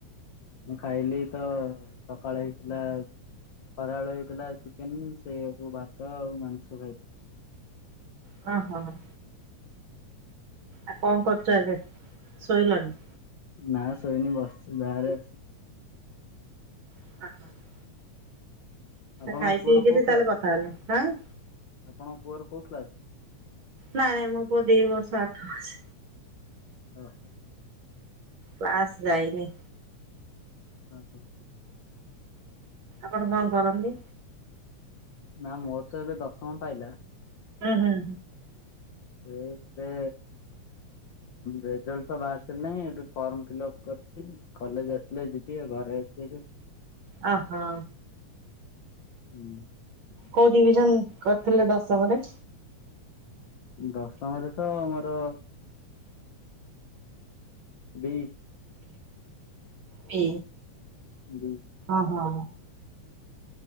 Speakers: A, on the left; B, on the right.
A: ମୁଁ ଖାଇଲି ତ, ସକାଳେ ହେଇଥିଲା ଖରାବେଳେ ହେଇଥିଲା, ଚିକେନ, ସେୟାକୁ ଭାତ ଆଉ ମାଂସ ଖାଇଥି
B: ହଁ ହଁ ହଁ। ଆପଣ କଣ କରୁଚନ୍ତି, ଶୋଇଲଣି?
A: ନା, ଶୋଇନି, ବସିଛି ବାହାରେ।
B: <inaudible>
A: ଆପଣଙ୍କ
B: ଖାଇ
A: ପୁଅର
B: ପିଇକିରି
A: କୋଉ କ୍ଲାସ
B: ତାହେଲେ କଥା ହେଲେ, ଆଁ?
A: ଆପଣଙ୍କ ପୁଅର କୋଉ କ୍ଲାସ୍?
B: ନାଇଁ, ନାଇଁ, ମୋ ପୁଅ ଦି ବର୍ଷ ଆଠ ମାସ।
A: <inaudible>
B: କ୍ଲାସ ଯାଇନି।
A: ହଁ ହଁ
B: ଆପଣ କଣ କରନ୍ତି?
A: ନା, ମୋର ତ ଏବେ ଦଶମ ପାଇଲା।
B: ହୁଁ ହୁଁ।
A: ସେ ଏବେ ରେଜଲ୍ଟ ବାହାରି ସାରିଲାଣି। ଏବେ ଫର୍ମ ଫିଲ୍ଅପ କରିଛି କଲେଜ୍ ଆସିଲେ ଯିବି ଆଉ ଘରେ ଅଛି ଏବେ।
B: ଅ ହୋ
A: ହୁଁ
B: କୋଉ ଡିଭିଜନ କରିଥିଲେ ଦଶମରେ?
A: ଦଶମରେ ତ ମୋର ବି
B: ବି
A: ବି
B: ଓ ହୋ